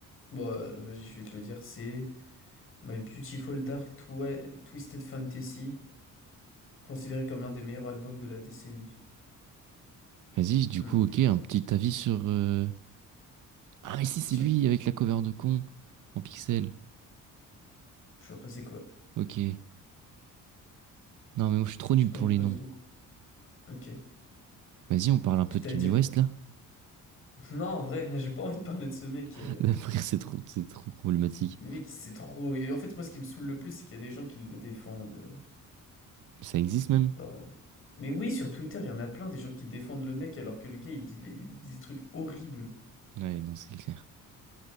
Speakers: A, on the left; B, on the right.
A: Bon, euh, vas-y, je vais te le dire. C'est My Beautiful Dark Twi- Twisted Fantasy, considéré comme l'un des meilleurs albums de la décennie.
B: Vas-y, du
A: Hmm.
B: coup, ok, un petit avis sur... euh, Ah mais si, c'est
A: Sur
B: lui,
A: qui?
B: avec la cover de con, en pixel.
A: Je vois pas c'est quoi.
B: Ok. Non mais moi je suis trop
A: Je
B: nul
A: connais
B: pour les
A: pas
B: noms.
A: du tout. Ok.
B: Vas-y, on parle un peu
A: Tu t'allais
B: de Kanye
A: dire.
B: West
A: <laughs>
B: là.
A: Non, en vrai, <laughs> j'ai pas envie de parler de ce mec.
B: <laughs>
A: euh.
B: D'après, c'est trop, c'est trop problématique.
A: Le mec, c'est trop. Et en fait, moi, ce qui me saoule le plus, c'est qu'il y a des gens qui le défendent. euh.
B: Ça existe même?
A: Genre, euh, Mais oui, sur Twitter, il y en a plein des gens qui défendent le mec alors que le gars, il dit, les- il dit des trucs horribles.
B: Ouais, non, c'est clair.